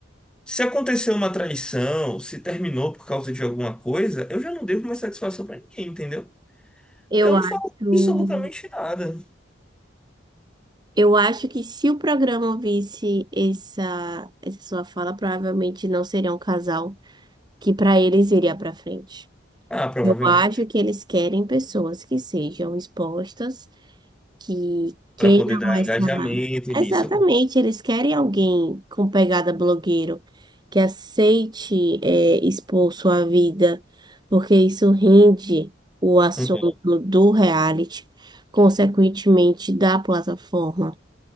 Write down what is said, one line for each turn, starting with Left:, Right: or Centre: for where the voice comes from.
Centre: Se aconteceu uma traição, se terminou por causa de alguma coisa, eu já não devo mais satisfação pra ninguém, entendeu?
Right: Eu
Centre: Eu não
Right: acho,
Centre: falo absolutamente nada.
Right: eu acho que se o programa visse essa, essa sua fala, provavelmente não seria um casal que para eles iria para frente.
Centre: Ah, provavelmente.
Right: Eu acho que eles querem pessoas que sejam expostas, que queiram
Centre: Pra poder dar
Right: essa.
Centre: engajamento nisso,
Right: Exatamente,
Centre: eu
Right: eles querem alguém com pegada blogueiro, que aceite, é, expor sua vida, porque isso rende o assunto
Centre: concordo.
Right: do reality, consequentemente da plataforma.